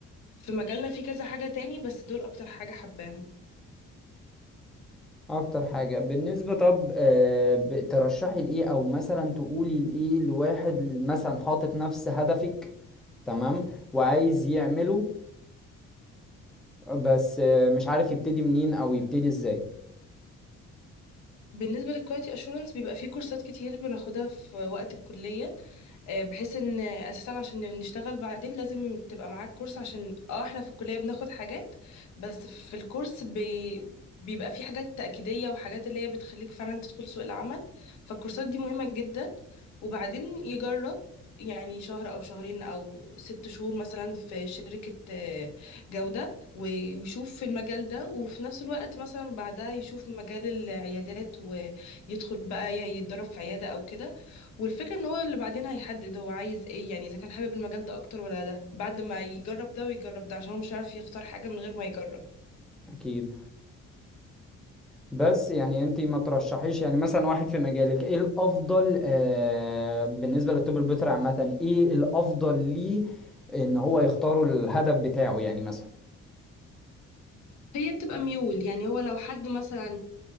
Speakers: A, on the left; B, in the centre.
A: في مجالنا في كذا حاجه تاني بس دول اكتر حاجه حباهم
B: اكتر حاجة بالنسبة طب آه، ب- ترشحي لايه او مثلا تقولي لايه لواحد مثلا حاطط نفس هدفك تمام وعايز يعمله بس آه، مش عارف يبتدي منين او يبتدي ازاي
A: بالنسبه للكواليتي اشورنس بيبقى في كورسات كتير بناخدها في وقت الكليه آه، بحيث ان اساسا عشان نشتغل بعدين لازم تبقى معاك كورس عشان اه احنا في الكلية بناخد حاجات بس في الكورس بي... بيبقى في حاجات تأكيدية وحاجات اللي هي بتخليك فعلا تدخل سوق العمل فالكورسات دي مهمة جدا وبعدين يجرب يعني شهر او شهرين او ست شهور مثلا في شركة آه، جودة ويشوف في المجال ده وفي نفس الوقت مثلا بعدها يشوف مجال العيادات ويدخل بقى يتدرب في عيادة او كده والفكرة ان هو اللي بعدين هيحدد هو عايز ايه يعني اذا كان حابب المجال ده اكتر ولا ده بعد ما يجرب ده ويجرب ده عشان هو مش عارف يختار حاجة من غير ما يجرب
B: اكيد بس يعني انت ما ترشحيش يعني مثلا واحد في مجالك ايه الافضل آه بالنسبه للطب البيطري عامه ايه الافضل ليه ان هو يختاروا الهدف بتاعه يعني مثلا
A: هي بتبقى ميول يعني هو لو حد مثلا